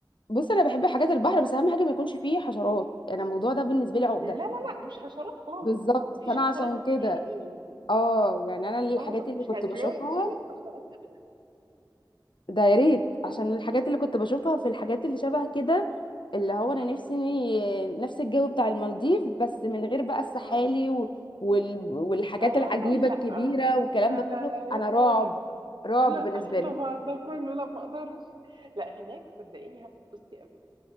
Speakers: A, on the left (about 80°); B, on the right (about 70°).
A: بص انا بحب حاجات البحر بس اهم حاجه ما يكونش فيه حشرات انا الموضوع ده بالنسبه لي عقده
B: لا لا لا مش حشرات خالص
A: بالظبط
B: مفيش
A: فانا
B: حشرات
A: عشان كده
B: نهائي
A: اه يعني انا الحاجات
B: خالص
A: اللي
B: مش
A: كنت
B: هتلاقي
A: بشوفها
B: حشرات ابدا
A: ده يا ريت عشان الحاجات اللي كنت بشوفها في الحاجات اللي شبه كده اللي هو انا
B: مم.
A: نفسي نفس الجو بتاع المالديف بس من غير بقى السحالي
B: مم.
A: و- وال... والحاجات
B: اه
A: العجيبة
B: لا
A: الكبيرة والكلام
B: لا
A: ده كله
B: لا لا
A: انا
B: يا نهاري
A: رعب رعب
B: لا
A: بالنسبة
B: <laughs>
A: لي
B: طبعا ده كله لا ما اقدرش لا هناك صدقيني هتبسطي قوي